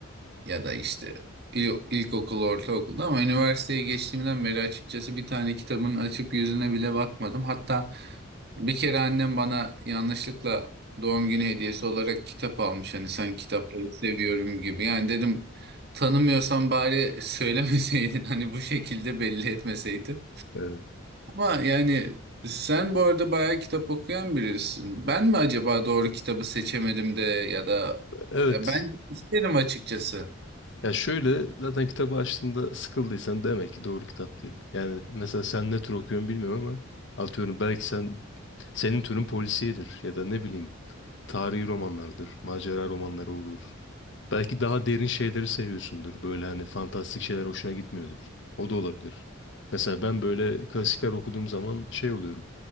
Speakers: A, on the right; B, on the left.
A: ya da işte il- ilkokul, ortaokulda ama üniversiteye geçtiğimden beri açıkçası bir tane kitabın açıp yüzüne bile bakmadım. Hatta bir kere annem bana yanlışlıkla doğum günü hediyesi olarak kitap almış. Hani sen kitapları seviyorum gibi. Yani dedim tanımıyorsan bari söylemeseydin <laughs> hani bu şekilde belli etmeseydin.
B: evet.
A: Ama yani sen bu arada bayağı kitap okuyan birisin. Ben mi acaba doğru kitabı seçemedim de ya da
B: Evet.
A: ya ben isterim açıkçası.
B: Ya şöyle zaten kitabı açtığında sıkıldıysan demek ki doğru kitap değil. Yani mesela sen ne tür okuyorsun bilmiyorum ama atıyorum belki sen senin türün polisiyedir ya da ne bileyim tarihi romanlardır, macera romanları olur. Belki daha derin şeyleri seviyorsundur. Böyle hani fantastik şeyler hoşuna gitmiyordur. O da olabilir. Mesela ben böyle klasikler okuduğum zaman şey oluyorum.